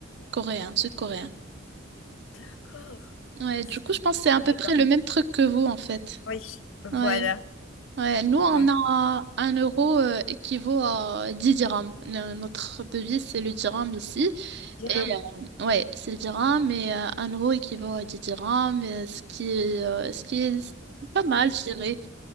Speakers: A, on the right (about 60°); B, on the left (about 80°).
A: coréen, sud-coréen.
B: D'accord.
A: Ouais, du
B: C'est
A: coup,
B: un-
A: je pense que c'est à
B: peu pareil,
A: peu près
B: quoi.
A: le même truc que vous, en fait.
B: Oui, voilà.
A: Ouais. Ouais, nous, on
B: Donc,
A: a un euro euh, équivaut à 10 dirhams. Le- notre devise, c'est le dirham ici.
B: dirham.
A: Et euh, ouais, c'est le dirham, mais euh, un euro équivaut à 10 dirhams, euh, ce qui est, euh, ce qui est pas mal, je dirais.